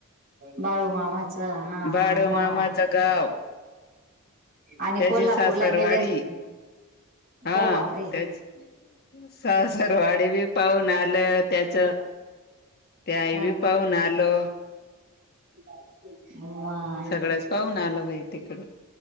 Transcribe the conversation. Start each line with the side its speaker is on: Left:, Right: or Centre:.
Right: बाळू मामाच हा
Left: बाडू
Right: हा मग.
Left: मामाचं गाव
Right: आणि
Left: त्याची
Right: कोल्हापूरला
Left: सासरवाडी.
Right: गेले असते
Left: हा
Right: ओ बापरे
Left: त्याच सासरवाडी बी पाहून आलं त्याचं. ते आई
Right: अ
Left: बी पाहून आलो.
Right: म.
Left: सगळंच पाहून आलो बाई तिकड